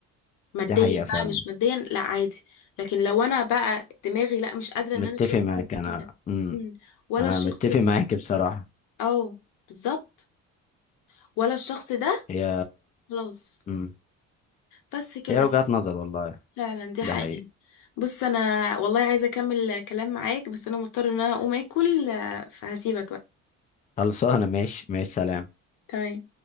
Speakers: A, on the left (about 80°); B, on the left (about 25°).
A: ماديا
B: دي حقيقه فعلا
A: بقى مش ماديا لا عادي لكن لو انا بقى دماغي لا مش قادره
B: متفق
A: ان انا اشيل
B: معاك
A: حاجه زي
B: انا
A: كده
B: امم
A: مم. ولا
B: انا
A: الشخص
B: متفق
A: ده
B: <laughs> معاك بصراحه
A: اه بالظبط ولا الشخص ده
B: هي
A: خلاص
B: امم
A: بس كده
B: هي وجهة نظر والله
A: فعلا دي
B: ده
A: حقيقة
B: حقيقي
A: بص انا والله عايزه اكمل كلام معاك بس انا مضطره ان انا اقوم اكل آه، فهسيبك بقى
B: خلصانة ماشي ماشي سلام
A: تمام